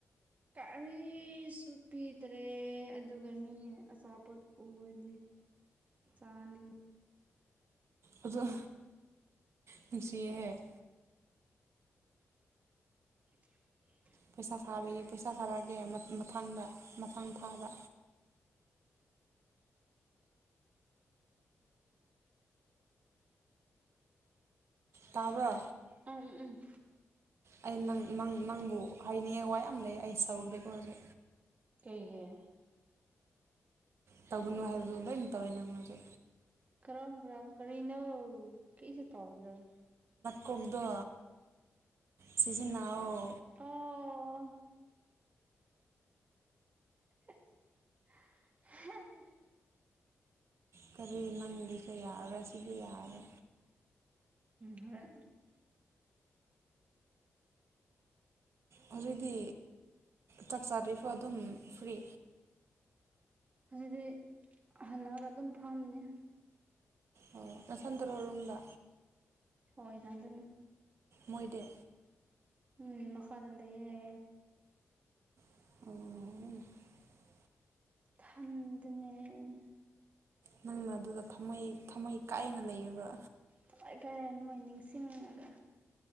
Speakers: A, on the right; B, on the right.
A: ꯀꯔꯤꯁꯨ ꯄꯗ꯭ꯔꯦ ꯑꯗꯨꯒ ꯃꯤ ꯑꯆꯥꯄꯣꯠ ꯎꯕꯗꯤ ꯆꯥꯅꯤꯡꯉꯤ
B: ꯑꯗꯨꯗ ꯅꯨꯡꯁꯤꯍꯦꯛ
A: ꯑꯣ <unintelligible>
B: ꯄꯩꯁꯥ ꯁꯥꯕꯤꯌꯦ ꯄꯩꯁꯥ ꯁꯥꯔꯛꯑꯒꯦ ꯃꯊꯥꯡꯗ ꯃꯊꯥꯡ ꯊꯥꯕ ꯇꯥꯕ꯭ꯔꯣ
A: ꯎꯝ ꯎꯝ ꯎꯝ
B: ꯑꯩꯪ ꯅꯪꯕꯨ ꯍꯥꯏꯅꯤꯡꯉꯦ ꯋꯥ ꯌꯥꯝ ꯂꯩ ꯑꯩ ꯁꯧꯈ꯭ꯔꯦ ꯈꯣꯈꯦ
A: ꯑꯩꯒꯌꯦ
B: ꯐꯒꯨ ꯋꯥꯍꯔꯗꯗꯅ ꯇꯧꯦꯅꯪꯉꯔ
A: ꯀꯔꯝ ꯀꯔꯝ ꯀꯔꯤꯅꯧ ꯀꯩꯁꯦ ꯇꯧꯎꯗ꯭ꯔꯥꯒ
B: ꯀꯒꯗꯣ ꯁꯤꯁꯤ ꯅꯅꯥꯎ
A: ꯑꯣ <inaudible>
B: ꯀꯔꯤ ꯅꯪꯂꯤꯁꯦ ꯌꯥꯔꯦ ꯁꯤꯗꯤ ꯌꯥꯔꯦ
A: ꯍꯔ
B: ꯍꯧꯖꯤꯛꯇꯤ ꯆꯥꯛ ꯆꯥꯔꯐ ꯑꯗꯨꯝ ꯐ꯭ꯔꯤ
A: ꯍꯧꯖꯤꯗꯤ ꯍꯜꯂꯒ ꯑꯗꯨꯝ ꯐꯥꯝꯅꯦ
B: ꯑꯣ ꯅꯁꯟꯗꯔꯣꯔꯨꯝꯗ
A: ꯑꯣꯏ ꯀꯗꯅꯤ <unintelligible>
B: ꯃꯣꯏꯗꯤ
A: ꯃꯤ ꯃꯈꯀꯥꯗ ꯂꯩꯌꯦ
B: ꯑꯣ
A: ꯊꯟꯗꯅꯅꯦ
B: ꯅꯪꯅ ꯑꯗꯨꯗ ꯊꯝꯃꯩ ꯊꯝꯃꯩ ꯀꯥꯏꯅ ꯂꯩꯔꯕ
A: ꯊꯋꯥꯏꯈ ꯅꯣꯏ ꯅꯤꯡꯁꯤꯡꯉꯒ